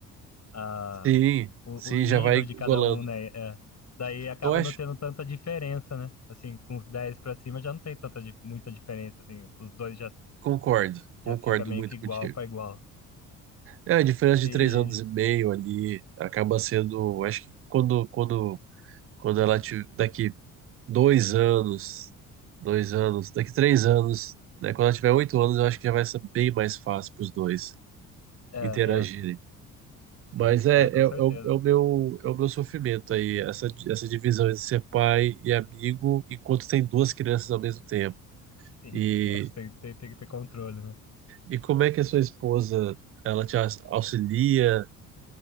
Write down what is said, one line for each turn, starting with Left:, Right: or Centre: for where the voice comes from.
Left: a,
Right: sim,
Left: o,
Right: sim,
Left: o nível
Right: já vai golando.
Left: de cada um, né? É. Daí acaba
Right: Eu acho,
Left: não tendo tanta diferença, né? Assim, com os 10 pra cima já não tem tanta, dif- muita diferença, assim. Os dois já,
Right: concordo, concordo
Left: já fica meio
Right: muito
Left: que igual
Right: contigo.
Left: pra igual.
Right: É, a diferença
Left: e
Right: de três anos e meio ali acaba sendo, acho que quando, quando, quando ela te, daqui Dois anos. Dois anos. Daqui três anos, né? Quando ela tiver oito anos, eu acho que já vai ser bem mais fácil para os dois
Left: É,
Right: interagirem.
Left: é, sim,
Right: Mas
Left: claro,
Right: é, é,
Left: com
Right: é
Left: certeza.
Right: o, é o meu, é o meu sofrimento aí, essa, essa divisão entre ser pai e amigo, enquanto tem duas crianças ao mesmo tempo.
Left: Sim,
Right: E,
Left: <laughs> é, você tem, tem, tem que ter controle, né?
Right: e como é que a sua esposa, ela te aux- auxilia?